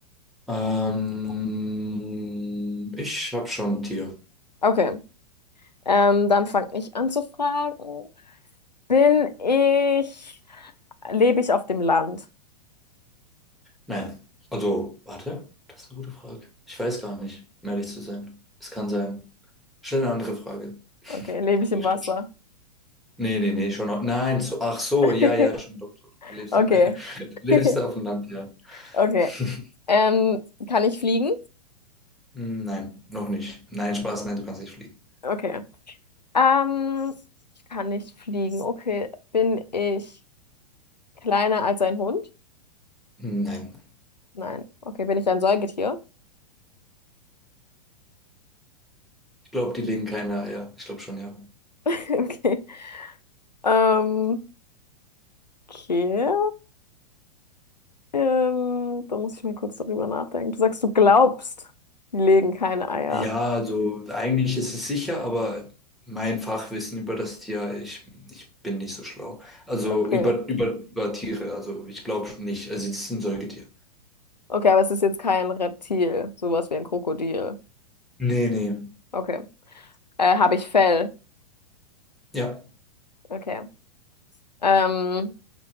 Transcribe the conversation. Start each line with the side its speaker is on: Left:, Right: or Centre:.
Centre: Ähm, ich habe schon ein Tier.
Left: Okay, ähm, dann fange ich an zu fragen. Bin ich, lebe ich auf dem Land?
Centre: Nein, also, warte, das ist eine gute Frage. Ich weiß gar nicht, um ehrlich zu sein. Es kann sein. Schnell eine andere Frage. <laughs>
Left: Okay, lebe ich im
Centre: Aber ich
Left: Wasser?
Centre: glaube schon. Nee, nee, nee, schon. auch- Nein, so, ach so,
Left: <laughs>
Centre: ja, ja, schon doch. doch. Du lebst
Left: Okay.
Centre: in, <laughs> du lebst
Left: <laughs>
Centre: auf dem Land, ja.
Left: Okay.
Centre: <laughs>
Left: Ähm, kann ich fliegen?
Centre: Hm, Nein, noch nicht. Nein, Spaß, nein, du kannst nicht fliegen.
Left: Okay. Ähm, ich kann nicht fliegen. Okay, bin ich. Kleiner als ein Hund?
Centre: Hm, Nein.
Left: Nein. Okay, bin ich ein Säugetier?
Centre: Ich glaube, die legen keine Eier. Ich glaube schon, ja.
Left: <laughs> Okay. Ähm, okay. Ähm, da muss ich mal kurz darüber nachdenken. Du sagst, du glaubst, die legen keine Eier.
Centre: Ja, also eigentlich ist es sicher, aber mein Fachwissen über das Tier, ich, ich bin nicht so schlau. Also
Left: Okay.
Centre: über, über, über Tiere, also ich glaube nicht. Also es ist ein Säugetier.
Left: Okay, aber es ist jetzt kein Reptil, sowas wie ein Krokodil.
Centre: Nee, nee.
Left: Okay. Äh, habe ich Fell?
Centre: Ja.
Left: Okay. Ähm,